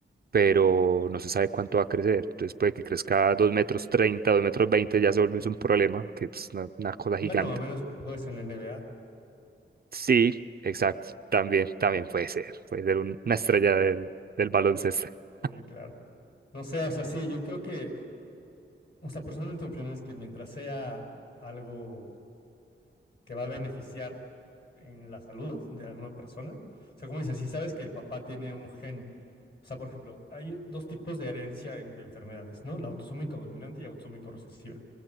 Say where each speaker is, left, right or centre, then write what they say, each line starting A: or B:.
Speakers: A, on the right; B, on the left.
A: pero no se sabe cuánto va a crecer. Entonces puede que crezca dos metros treinta 2 metros 20 ya se vuelve un problema, porque es una, una cosa gigante.
B: Bueno, a menos que juegues en la NBA.
A: Sí, exacto. También, también puede ser. Puede ser un- una estrella del, del baloncesto. <laughs>
B: Sí, claro. No sé, o sea, sí, yo creo que, o sea, personalmente mi opinión es que mientras sea algo que va a beneficiar en la salud de alguna persona. O sea, como dices, si sabes que el papá tiene un gen, o sea, por ejemplo, hay dos tipos de herencia en- de enfermedades, ¿no? La autosómica dominante y autosómica recesiva.